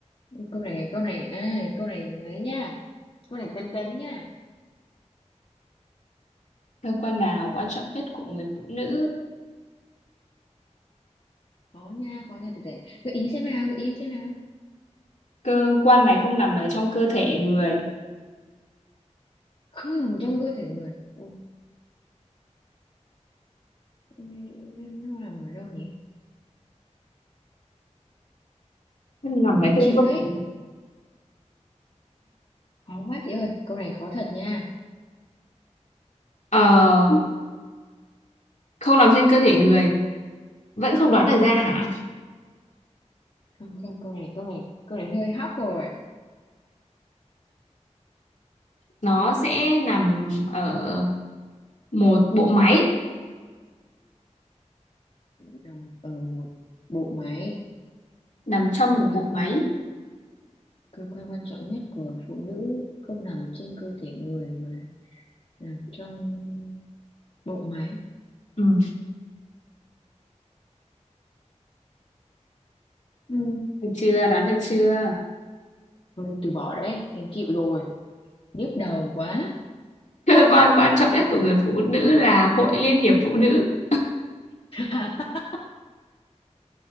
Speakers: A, on the left (about 50°); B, on the left (about 75°).
A: câu này câu này à, câu này đấy nha câu này cấn cấn nha
B: Cơ quan nào quan trọng nhất của người phụ nữ?
A: khó nha khó nha từ từ gợi ý xem nào gợi ý xem nào
B: Cơ quan này không nằm ở trong cơ thể người,
A: không nằm trong cơ thể người Ủa, cái này nó nằm ở đâu nhỉ
B: không nằm
A: em
B: ở trong
A: chịu
B: cơ
A: đấy
B: thể.
A: khó quá chị ơi câu này khó thật nha
B: Ờ, không nằm trên cơ thể người vẫn không đoán được ra hả
A: không không câu này câu này câu này hơi hóc rồi
B: nó sẽ nằm ở một bộ máy
A: nằm ở một bộ máy
B: nằm trong
A: cơ
B: một
A: quan
B: bộ
A: quan
B: máy
A: cơ quan quan trọng nhất của phụ nữ không nằm trên cơ thể người mà nằm trong bộ máy
B: ừ.
A: Ừ.
B: được chưa đoán được chưa
A: Thôi em từ bỏ đấy, em chịu rồi. nhức đầu quá
B: cơ quan quan trọng nhất của người phụ nữ là Hội Liên hiệp Phụ nữ
A: <laughs>